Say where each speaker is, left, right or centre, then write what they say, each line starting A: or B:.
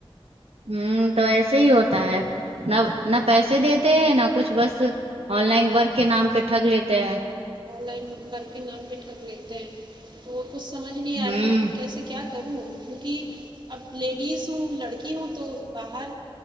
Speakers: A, on the right; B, on the right.
A: ہوں تو ایسے ہی ہوتا ہے نہ نہ پیسے دیتے ہیں نہ کچھ بس آن لائن ورک کے نام پہ ٹھگ لیتے ہیں
B: آن لائن ورک کے نام پہ ٹھگ لیتے ہیں وہ کچھ سمجھ نہیں آ
A: ہوں
B: رہا ہے میں کیسے کیا کروں کیونکہ اب لیڈیز ہوں لڑکی ہوں تو باہر